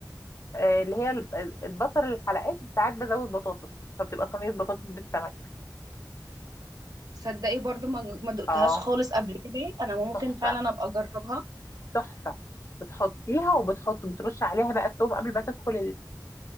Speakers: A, on the left; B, on the right.
A: آه اللي هي ال- البصل الحلقات ساعات بزود بطاطس فبتبقى صينيه بطاطس بالسمك
B: صدقي برضو ما ما دقتهاش
A: اه
B: خالص قبل كده انا ممكن
A: تحفه
B: فعلا ابقى اجربها
A: تحفه بتحطيها وبتحط بترش عليها بقى التوم قبل ما تدخل